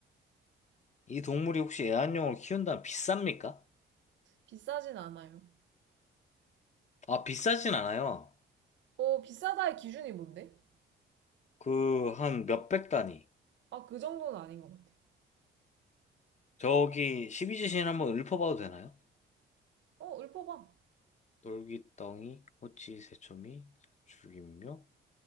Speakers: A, on the left; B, on the right.
A: 이 동물이 혹시 애완용으로 키운다면 비쌉니까?
B: 비싸진 않아요.
A: 아, 비싸진 않아요.
B: 어, 비싸다의 기준이 뭔데?
A: 그, 한 몇백 단위.
B: 아, 그 정도는 아닌 것 같아.
A: 저기, 십이지신 한번 읊어봐도 되나요?
B: 어, 읊어봐.
A: 놀기덩이, 호치, 새초미, 죽임묘,